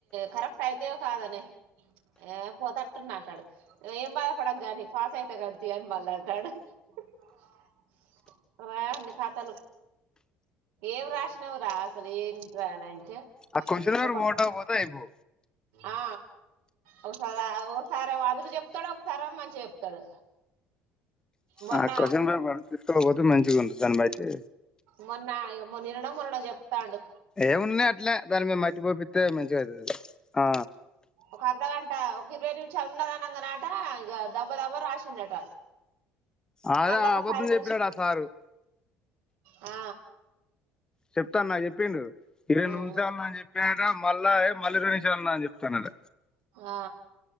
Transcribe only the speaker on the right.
కరెక్ట్ అయితయో కాదో నే ఏ పోతట్టున్నా అంటాడు ఏం బాధపడకు గాని పాస్ అయిత గానీ పల్లాంటడున్నిఖాతలు ఏం రాసినావ్ రా అసలు ఏంది రా అంతే
ఒక
స
ఆ ఒకసారి ఒకసారి అదురు చెప్తాడు ఒకసారి మంచిగా చెప్తాడు మొన్న
మొన్న ఇగ మొ నిన్ననో మొన్ననో చెప్తండు
ఒక అర్ద గా ట ఒక ఇరవై నిమిషాలున్న దనంగా అట ఇగ దబ్బ దబ్బ రాసిండట
మళ్ళ ఒక
పది నిమిషం
ఆ
ఉమ్
ఆ